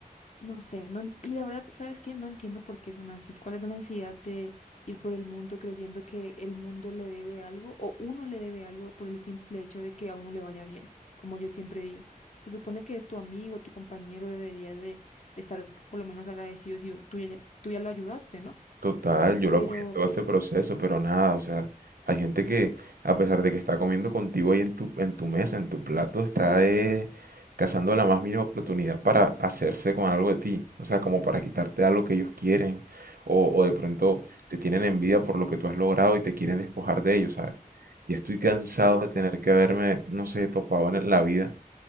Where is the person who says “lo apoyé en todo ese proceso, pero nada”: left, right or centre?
Right